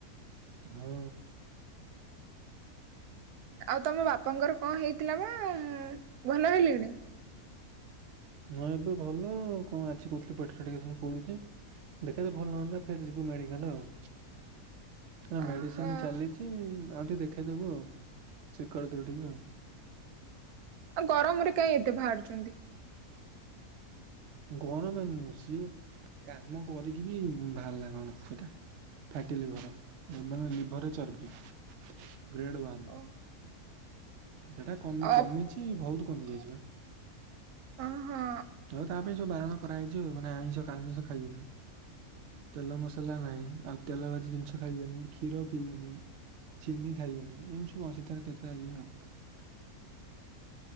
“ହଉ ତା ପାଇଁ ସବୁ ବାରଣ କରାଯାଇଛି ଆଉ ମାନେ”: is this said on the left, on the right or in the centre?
Right